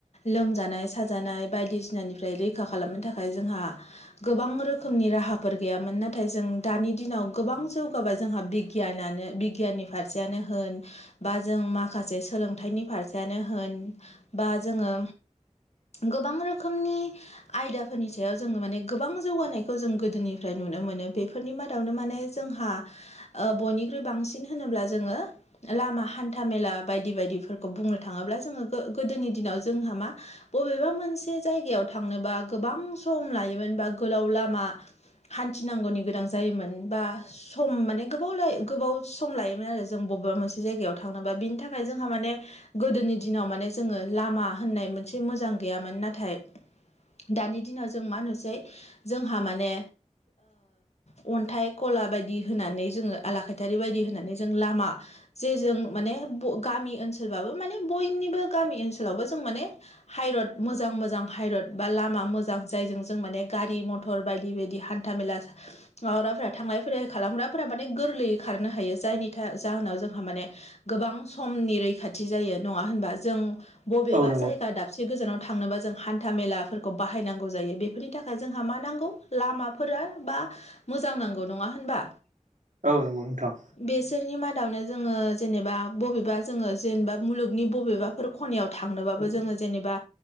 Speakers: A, on the left (about 60°); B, on the right (about 80°).
A: लोमजानाय साजानाय बायदिसिनानिफ्राय रैखा खालामनो थाखाय जोंहा गोबां रोखोमनि राहाफोर गैयामोन नाथाय जों दानि दिनाव गोबां जौगाबाय जोंहा बिगियान नानो बिगियाननि फारसेयानो होन बा जों माखासे सोलोंथाइनि फारसेयानो होन बा जोङो गोबां रोखोमनि आयदाफोरनि सायाव जोङो माने गोबां जौगानायखौ जों गोदोनिफ्राय नुनो मोनो बे फोरनि मादावनो माने जोंहा ओ बयनिख्रुइ‌ बांसिन होनोब्ला जोङो लामा हान्था मेला बायदि बायदिफोरखौ बुंनो थाङोब्ला जोङो गो गोदोनि दिनाव जोंहा मा बबेबा मोनसे जायगायाव थांनोबा गोबां सम लायोमोन बा गोलाव लामा हान्थिनांगौनि गोनां जायोमोन बा सम माने गोबाव गोबाव सम लायोमोन आरो जों बबेबा मोनसे जायगायाव थांनोबा बिनि थाखाय जोंहा माने गोदोनि दिनाव माने जोङो लामा होननाय मोनसे मोजां गैयामोन नाथाय दानि दिनाव जों मा नुसै जोंहा माने ओ अन्थाइ घला बायदि होनानै जोङो आलाखायथारि बायदि होननानै जों लामा जे जों माने ब गामि ओनसोलबाबो माने बयनिबो गामि ओनसोलावबो जों माने हाइरड मोजां मोजां हाइरड बा लामा मोज जायजों जों माने गारि मथर बायदि बायदि हान्था मेलाजों माबाग्राफोरा थांलाय फैलाय खालामग्राफोरा माने गोरलैयै खारनो हायो जायनि था जाहोनाव जोंहा माने गोबां समनि रैखाथि जायो नङा होनबा जों बबेबा
B: हागोन नोंथाङा
A: जायगा दाबसे एसे गोजानाव थांनोबा जों हान्था मेलाफोरखौ बाहायनांगौ जायो बेफोरनि थाखाय जोंहा मा नांगौ लामाफोरा बा मोजां नांगौ नङा होनबा?
B: औ नंगौ नोंथां।
A: बेसोरनि मादावनो जोङो जेनेबा बबेबा जोङो जेनेबा मुलुगनि बबेबाफोर खनायाव थांनोबाबो जोङो जेनेबा